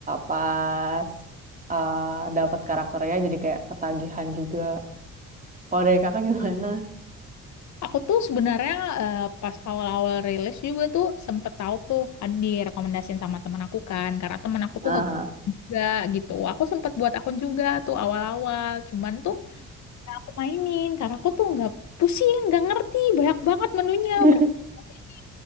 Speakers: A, on the right; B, on the left.
A: pas eh, dapat karakternya jadi kayak ketagihan juga. Kalau dari kakak gimana?
B: Aku tuh sebenarnya eh, pas awal-awal rilis juga tuh sempet tahu tuh ada direkomendasiin sama teman aku kan karena teman aku
A: Nah,
B: tuh hobi juga gitu. Aku sempet buat akun juga tuh awal-awal. Cuman tuh Nah, aku mainin karena aku tuh nggak pusing, nggak ngerti banyak banget menunya.
A: <laughs>
B: Banyak banget ini